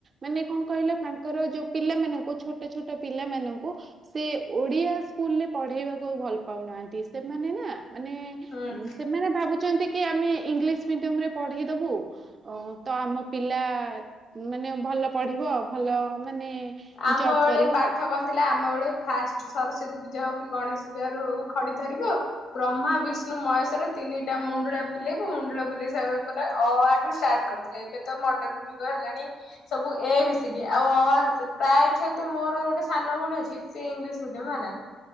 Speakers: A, on the right; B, on the left.
A: ମାନେ କଣ କହିଲ ତାଙ୍କର ଯୋଉ ପିଲାମାନଙ୍କୁ ଛୋଟ ଛୋଟ ପିଲାମାନଙ୍କୁ ସେ ଓଡ଼ିଆ ସ୍କୁଲରେ ପଢ଼େଇବାକୁ ଭଲ ପାଉନାହାନ୍ତି ସେମାନେ ନା ମାନେ
B: ହୁଁ
A: ସେମାନେ ଭାବୁଛନ୍ତି କି ଆମେ ଇଂଲିଶ ମିଡିୟମ ରେ ପଢେଇଦବୁ। ଓ ତ ଆମ ପିଲା ମାନେ ଭଲ ପଢିବ ଭଲ ମାନେ
B: ଆମ
A: ଜବ୍
B: ବେଳେ
A: କରିବ
B: ପାଠ କନ୍ ଥିଲା ଆମ ବେଳେ ଫାଷ୍ଟ ସରସ୍ଵତୀ ପୂଜା ହଉ କି ଗଣେଶ ପୂଜା ହଉ ଖଡି ଧରିବ। ବ୍ରହ୍ମା ବିଷ୍ଣୁ ମୟେଶର। ତିନିଟା ମୁଣ୍ଡଳା ବୁଲେଇବୁ ମୁଣ୍ଡୁଳା ବୁଲେଇ ସାରିବା ପରେ ଅ ଆ ଠୁ ଷ୍ଟାର୍ଟ କରିଥିଲେ ଏବେ ତ ମଡ଼ର୍ଣ୍ ଯୁଗ ହେଲାଣି ସବୁ ଏ ବି ସି ଡି ଆଉ ଅ ଆ ପ୍ରାୟତ ମୋର ଗୋଟେ ସାନ ଭଉଣୀ ଅଛି ସେ ଇଂଲିଶ ମିଡିୟମ ହେଲା।